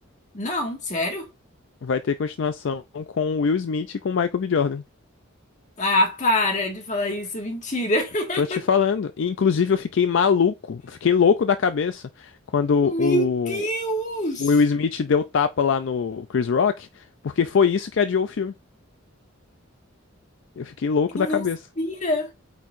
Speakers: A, on the left; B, on the left.
A: Não, sério?
B: Vai ter continuação com o Will Smith e com o Michael B. Jordan.
A: Ah, para de falar isso, mentira. <laughs>
B: Tô te falando. E, inclusive, eu fiquei maluco, fiquei louco da cabeça quando
A: Meu
B: o
A: Deus!
B: o Will Smith deu tapa lá no Chris Rock, porque foi isso que adiou o filme. Eu fiquei louco
A: Eu
B: da
A: não
B: cabeça.
A: sabia.